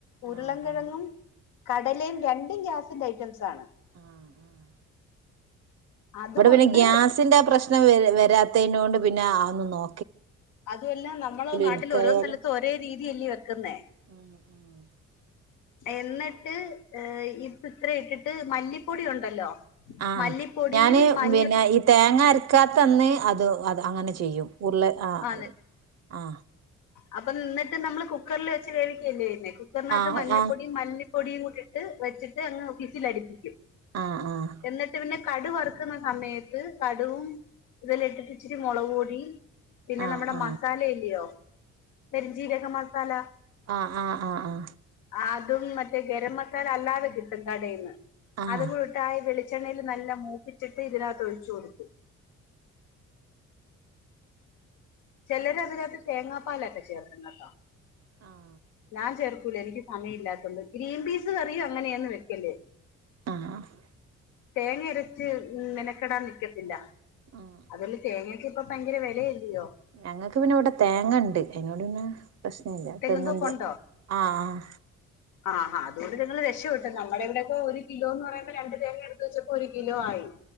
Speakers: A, on the left; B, on the right.
A: ഉരുളകിഴങ്ങും
B: ആഹ് ആഹ്
A: കടലേം രണ്ടും ഗ്യാസിന്റെ ഐറ്റംസാണ്
B: ആഹ് ആഹ്
A: അതുകൊണ്ട്
B: ഇവിടെ പിന്നെ ഗ്യാസിന്റെ ആ പ്രശ്ന നം വ വരാത്തതിനോട് പിന്നെ അഅ് ന്നും നോ
A: അതു അല്ല നമ്മള് നാട്ടിൽ
B: എനിക്കായാലും
A: ഓരോ സ്ഥലത്തും ഒരേ രീ തിയല്യോ ക്ക്ന്നേ
B: ഉം ഉം
A: എന്നിട്ട് ഇത് ഇത്ര ഇട്ടിട്ട് മല്ലിപ്പൊടി ഉണ്ടല്ലോ
B: ആ
A: മല്ലിപ്പൊടിയും
B: ഞാന്
A: മഞ്ഞ
B: പിന്നെ ഈ തേങ്ങ അരക്കാത്തന്ന് അതൊ അത് അങ്ങനെ ചെയ്യും ഉരുള ആ
A: ആണ്
B: ആ
A: അപ്പൊ നിന്നിട്ട് നമ്മള് കുക്കറിൽ വെച്ച് വേവിക്കല്ലേ ചെയ്യുന്നേ കുക്കറിനകത്ത്
B: ആഹ്
A: മഞ്ഞപ്പൊടിയും
B: ആഹ്
A: മല്ലി പൊടിയും കൂടി ട്ട് വെച്ചിട്ട് അങ്ങ് ഫിസിലടിപ്പിക്കും
B: ആഹ് ആഹ്
A: എന്നിട്ട് പിന്നെ കടു വറക്ക്ന്ന സമയത്ത് കടുകും ഇതെല്ലാം ഇട്ടിട്ട് ഇച്ചിരി മുളക്പൊടിം പിന്നെ
B: ആഹ്
A: നമ്മുടെ
B: ആഹ്
A: മസാല ഇല്യോ പെരും ജീരകം മസാല
B: ആ ആ ആ ആ
A: അതും മറ്റേ ഖരം മസാല അല്ലാതെ കിട്ടും കടേന്ന്
B: ആഹ്
A: അതുംകൂടെയിട്ടായി വെളി വെളിച്ചെണ്ണയിൽ നല്ല മൂപ്പിച്ചിട്ട് ഇതിനകത്ത് ഒഴിച്ചു കൊടുക്കും. ചിലര് അതിനകത്ത് തേങ്ങാപ്പാലൊക്കെ ചേർക്കും കേട്ടോ.
B: ആഹ്
A: ഞാൻ ചേർ ക്കൂല എനിക്ക് സമയം ഇല്ലാത്തോണ്ട് ഗ്രീൻ പീസ് കറിയും അങ്ങനെയാന്ന് വെക്കല്
B: ആഹ് ആഹ്
A: തേങ്ങ അരച്ച് മെനക്കെടാൻ നിക്കത്തില്ല
B: ആഹ്
A: അതെല്ല തേങ്ങക്ക് ഇപ്പം ഭയങ്കര വിലയല്ലിയോ
B: ഞങ്ങൾക്ക് പിന്നെ ഇവിടെ തേങ്ങ ഉണ്ട് അതുകൊണ്ട് പിന്നെ. പ്രശ്ന ഇല്ല
A: തെങ്ങുന്തോപ്പുണ്ടോ
B: തേങ്ങുണ്ട് ആഹ്
A: ആഹ് ആഹ് അതുകൊണ്ട് നിങ്ങള് രക്ഷ പെട്ടു. നമ്മുടെ ഇവിടെയൊക്കെ ഒരു കിലോ എന്ന് പറയുമ്പോൾ രണ്ട് തേങ്ങ എടുത്ത് വെച്ചപ്പോ ഒരു കിലോ ആയി.